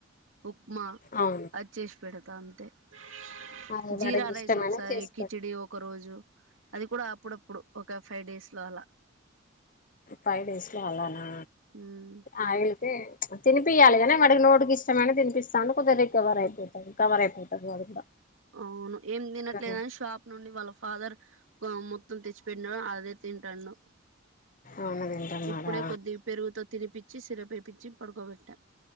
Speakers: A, on the right; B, on the left.
A: ఉప్మా
B: అవును
A: చేసి పెటూత్ అంతే ఉంది
B: అదే
A: జీరా
B: వాడికి
A: రైస్
B: ఇష్టమైన
A: ఒకసారి
B: చేసి
A: కిచడి
B: పెట్టు
A: ఒక రోజు అది కూడా అప్పుడప్పుడు ఒక ఫైవ్ డేస్ లో అలా
B: ఫైవ్ డేస్ లో అళ్ళనా
A: హ్మ్.
B: అయితే తిపియాలిగానీ వాడికి నోటికి ఇష్టమైననా తిపిస్తాంే కొద్ది రికవర్ అయిపోతంది రే కవర్ అయిపోతంది వాడు కూడా
A: అవును ఏం తినట్లేదు
B: ఆహా
A: అని షాప్ నుండి వాళ్ళ ఫాదర్ మొత్తం తెచ్చిపెట్టినాడు అదే తింటాను
B: అవును తింటన్నాడా
A: ఇప్పుడే కొద్ది పెరుగుతో తినిపచ్చి సిరప్ పడుకోబెట్ట